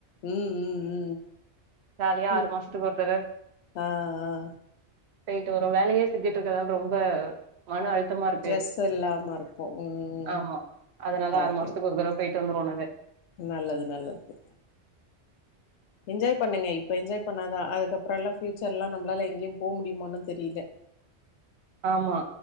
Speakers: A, on the left (about 80°); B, on the right (about 70°).
A: ம் ம் ம்
B: ஜாலியா ஆறு
A: இப்
B: மாசத்துக்கு ஒரு தட
A: ஆ ஆ
B: போய்ட்டு வரோ வேலயே செஞ்சுட்டு இருக்கதால ரொம்ப மன அழுத் தமா இருக்கு
A: ட்ரெஸ் இல்லாம இருக்கு ம் ம்
B: ஆமா அதனால ஆறு
A: ஓகே
B: மாசத்துக்கு ஒரு தடவ போய்ட்டு வந்துருவோ நாங்க
A: நல்லது நல்லது என்ஜாய் பண்ணுங்க இப்ப என்ஜாய் பண்ணாதா அதுக்கப்பறோ எல்லா ஃபியூச்சர்லா நம்பளால எங்கேயு போ முடியுமானு தெரியில
B: ஆமா